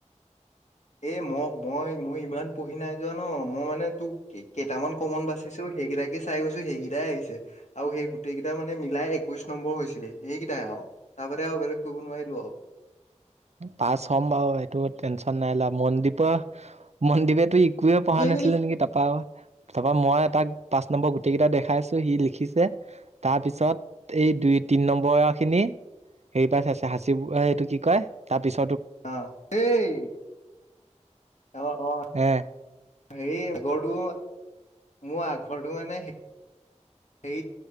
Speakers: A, on the left (about 70°); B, on the right (about 60°).
A: এ মই মই মই ইমান পঢ়ি নাই যোৱা ন মই মানে তোক কেইটামান কমন বাচিছো সেইকেইটাকে চাই গৈছো সেইকেইটাই আহিছে আৰু সেই গোটেই কেইটটা মানে মিলাই একৈশ নম্বৰ হৈছে সেইকেইটাই আৰু তাৰপাতে আৰু বেলেগ কৰিব নোৱাৰিলো আৰু।
B: পাছ হ'ম বাৰু সেইটো টেনচন নাই ল মনদ্বীপৰ মনদ্বীপটো ই। একোৱেই পঢ়া
A: এই
B: নাছিলে নেকি তাৰ পাওঁ তাৰপৰা মই তাক পাঁচ নম্বৰ গোটেইকেইটা দেখাইছোঁ সি লিখিছে, তাৰপিছত এই দুই তিনি নম্বৰখিনি হেৰি পাই চাইছে সাঁচিব এইটো কি কয়। তাৰ পিছত
A: অহ এই, অহ অহ
B: হে
A: হৰি ঘৰটো। মোৰ আখৰটো মানে হে,